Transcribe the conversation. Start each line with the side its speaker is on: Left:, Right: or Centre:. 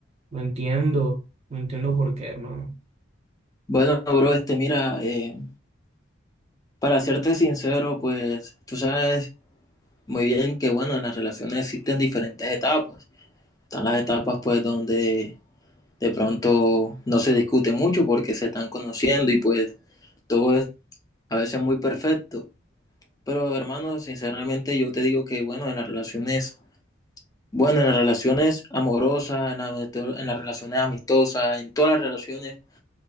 Right: no entiendo, no entiendo por qué, hermano.
Left: Bueno, bro, este, mira, eh, para serte sincero, pues, tú sabes muy bien que, bueno, en las relaciones existen diferentes etapas. Están las etapas, pues, donde de pronto no se discute mucho porque se están conociendo y, pues, todo es a veces muy perfecto. Pero, hermano, sinceramente yo te digo que, bueno, en las relaciones, bueno, en las relaciones amorosas, en, la- en las relaciones amistosas, en todas las relaciones,